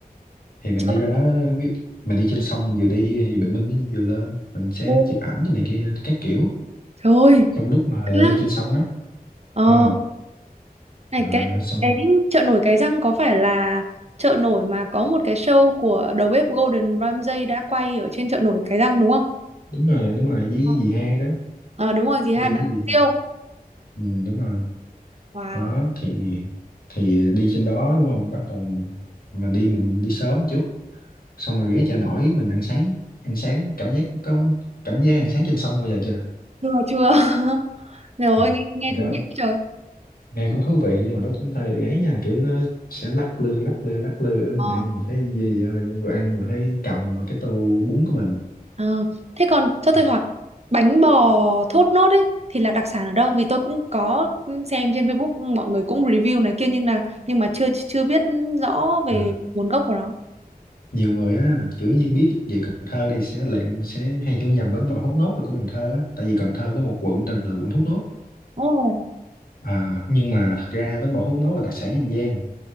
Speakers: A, on the left; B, on the right.
A: thì mình
B: chợ
A: đi ra đó
B: nổi
A: ví- mình đi trên sông mình vừa đi thì bình minh nó vừa lên mình sẽ
B: Ồ,
A: chụp ảnh tụi này kia các kiểu
B: trời ơi
A: trong lúc mà
B: ha.
A: đi trên sông á
B: ờ
A: Ờ,
B: này
A: à,
B: cái
A: xong
B: cái chợ nổi Cái Răng có phải là chợ nổi mà có một cái show của đầu bếp Gordon Ramsay đã quay ở trên chợ nổi Cái Răng đúng không
A: đúng rồi đúng rồi với
B: ờ
A: dì hai đó
B: Ờ, đúng rồi gì
A: quay
B: hai bán
A: với dì
B: hủ tiếu
A: ừ, đúng rồi
B: wow
A: đó thì thì đi trên đó đúng không bắt đầu mình mà đi mình đi sớm chút xong rồi ghé chợ nổi mình ăn sáng ăn sáng cảm giác có cảm giác ăn sáng trên sông bao giờ chưa
B: chưa chưa <laughs> rồi
A: à
B: nghe nghe
A: thì đó
B: thú vị quá trời
A: nghe cũng thú vị nhưng mà nó cũng hơi ấy nha kiểu nó sẽ lắc lư lắc lư lắc lư mình
B: Ờ.
A: ăn mình thấy gì vừa ăn vừa thấy cầm vào cái tô bún của mình
B: Ờ, Thế còn cho tôi
A: À,
B: hỏi bánh bò thốt nốt ấy thì là đặc sản ở đâu? Vì tôi cũng có xem trên Facebook mọi người cũng review này kia nhưng là nhưng mà chưa chưa biết rõ về
A: à,
B: nguồn gốc của nó.
A: nhiều người á kiểu như biết về Cần Thơ thì sẽ lại sẽ hay hiểu nhầm bánh bò thốt nốt là của Cần Thơ á tại vì Cần Thơ có một quận tên là quận Thốt Nốt
B: Ồ.
A: à, nhưng mà thật ra bánh bò thốt nốt là đặc sản An Giang